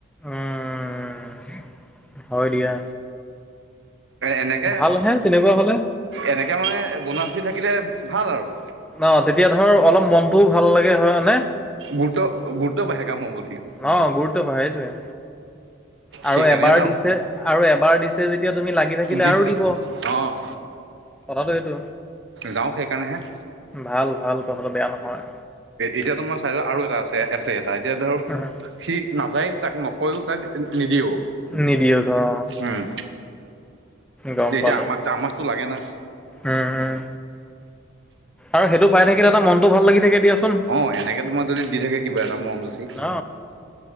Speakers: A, in the centre; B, on the right (about 65°).
A: উম, হয় দিয়া।
B: এনেকে,
A: ভালহে তেনেকুৱা হলে
B: এনেকেমানে বৌনাছ দি থাকিলে, ভাল আৰু।
A: ন, তেতিয়া ধৰ অলপ মনটো ভাল লাগে হয়ানে।
B: গুৰুত্ব, গুৰুত্ব বাহে কামৰ প্ৰতি।
A: অ, গুৰুত্ব বাহে সেইটোৱে। আৰু
B: সেইকাৰণেহে
A: এবাৰ
B: যাওঁ
A: দিছে আৰু এবাৰ দিছে যেতিয়া তুমি লাগি থাকিলে
B: দি
A: আৰু দিব।
B: অ,
A: কথাতো‌ সেইটো।
B: যাওঁ সেইকাৰণে হে।
A: ভাল, ভাল, তহঁতৰ বেয়া নহয়।
B: এতিয়াটো, তোমাৰ চাইডত আৰু এটা আছে এছ, এ, এটা এতিয়া ধৰ
A: উম,
B: সি নাযায়, তাক নকৈও, তাক নিদিয়েও।
A: নিদিয়ে অ,
B: উম,
A: গম
B: এতিয়া
A: পালো
B: আমাক, আমাকটো লাগে না, <inaudible>
A: উম উম আৰু সেইটো পাই থাকিলে তাৰ মনত ভাল লাগি থাকে। দিয়াচোন
B: অ, এনেকে তোমাৰ যদি দি থাকে, কিবা এটা মৰম যাচি
A: ন